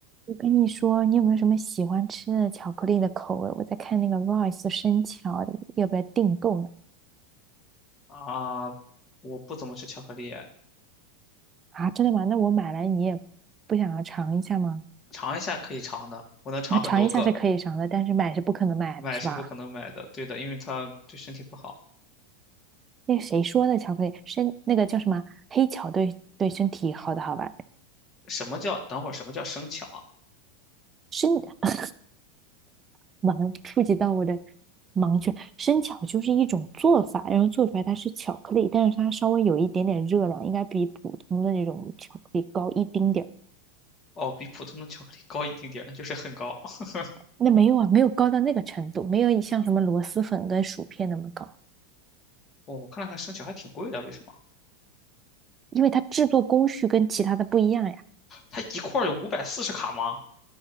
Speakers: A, on the right; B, on the left.
A: 我跟你说，你有没有什么喜欢吃的巧克力的口味？我在看那个 r i c e 生巧的要不要订购呢？
B: 啊，我不怎么吃巧克力，
A: 啊，真的吗？那我买来你也不想要尝一下吗？
B: 尝一下可以尝的，我能尝很多个，
A: 啊，尝一下是可以尝的，但是买是不可能买的，
B: 买是不可能买的，
A: 是吧？
B: 对的，因为它对身体不好。
A: 那个谁说的巧克力生那个叫什么黑巧对对身体好的好吧？
B: 什么叫等会儿？什么叫生巧啊？
A: 生完了触及到我的盲区，生巧就是一种做法，然后做出来它是巧克力，但是它稍微有一点点热量，应该比普通的那种巧克力高一丁点儿。
B: 哦，比普通的巧克力高一丁点儿，那就是很高。<laughs>
A: 那没有啊，没有高到那个程度，没有你像什么螺蛳粉跟薯片那么高，
B: 哦，我看了看生巧还挺贵的，为什么？
A: 因为它制作工序跟其他的不一样呀。
B: 它一块儿有五百四十卡吗？